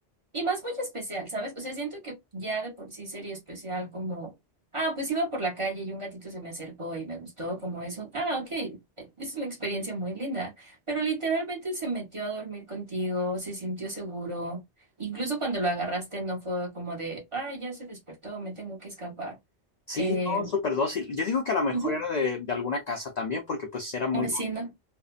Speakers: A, on the right; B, on the left.
A: Y más muy especial, ¿sabes? O sea, siento que ya de por sí sería especial como, ah, pues iba por la calle y un gatito se me acercó y me gustó, como eso. Ah, ok, eh, es una experiencia muy linda, pero literalmente se metió a dormir contigo, se sintió seguro. Incluso cuando lo agarraste no fue como de, ah, ya se despertó, me tengo que escapar.
B: Sí,
A: Eh,
B: no, súper dócil. Yo digo que a lo mejor
A: ujú,
B: era de, de alguna casa también, porque pues era muy
A: un vecino.
B: duro.